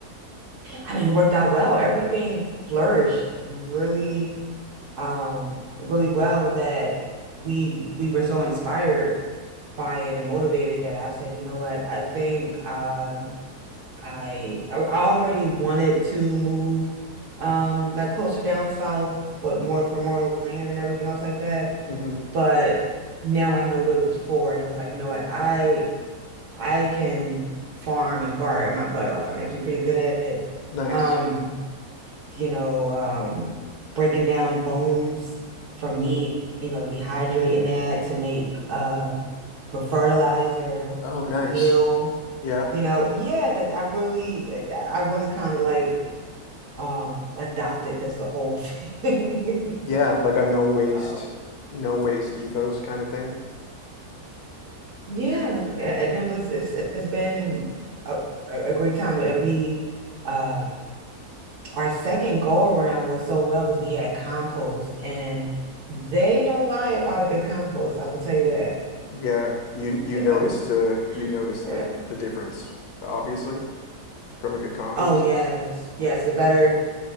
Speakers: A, on the right; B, on the left.
A: I mean, it worked out well. Everything flourished really, um, really well that we we were so inspired by it and motivated that I said, you know what, I think um I I I already wanted to move um like closer down south for more for more land and everything else like that.
B: hmm
A: but now I know what it was for, and it was like, you know what, I I can farm and garden my butt off. I'm actually pretty good at it.
B: Nice.
A: Um, you know, um, breaking down bones from
B: Mm.
A: meat, you know, dehydrating that to make um for fertilizer,
B: Oh, nice.
A: meal,
B: Yeah.
A: you know, yeah, like I really, eh, I I really kind of like um adopted. That's the whole thing. <laughs>
B: Yeah, like a no waste,
A: Um,
B: no waste ethos kind of thing.
A: Yeah, a- and it was it's it's been a, a a great time. But we uh our second go around was so well because we had compost and they don't lie about a good compost. I will tell you that.
B: Yeah, you you noticed
A: <laughs>
B: uh you noticed
A: Yeah.
B: the the difference obviously from a good compost.
A: Oh yes, yes, a better